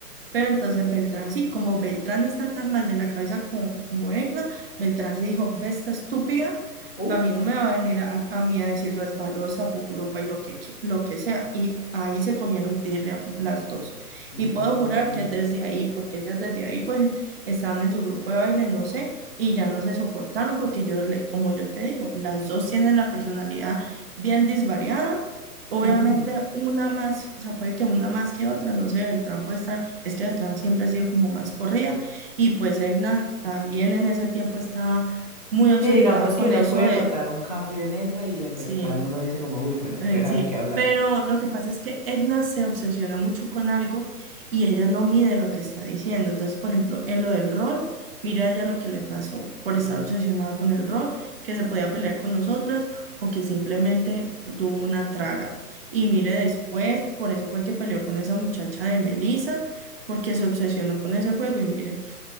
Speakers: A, on the right; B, on the left.
A: Pero entonces Beltrán sí, como Beltrán está tan mal de la cabeza como, como Egna, Beltrán se dijo, ve esta estúpida,
B: Uh,
A: a mí no me va a venir a, a mí a decir resbalosa, fujurufa y lo que, que- lo que sea. Y ahí se cogieron tirria las dos.
B: mm.
A: Y puedo jurar que desde ahí, porque ellas desde ahí pues estaban en su grupo de baile, no sé, y ya no se soportaron porque yo, le- como yo te digo, las dos tienen la personalidad bien disvariada. Obviamente
B: <laughs>
A: una más, o sea, puede que una más que otra, no sé, Beltrán puede estar es que Beltrán siempre ha sido como más corrida y pues Egna también en ese tiempo estaba muy obsesionada
B: Sí, digamos
A: con
B: que uno
A: eso
B: puede
A: de,
B: notar un cambio en Edna y en
A: sí,
B: Beltrán uno dice como, uy, bueno,
A: Ay,
B: deja
A: sí,
B: de qué hablar.
A: pero lo que pasa es que Edna se obsesiona mucho con algo y ella no mide lo que está diciendo. Entonces, por ejemplo, en lo del rol, mira ella lo que le pasó por
B: Mm,
A: estar obsesionada con el rol, que se podía pelear con nosotras o que simplemente pu- tuvo una traga. Y mire después, por eso fue que peleó con esa muchacha de Melissa, porque se obsesionó con ese juego y mire.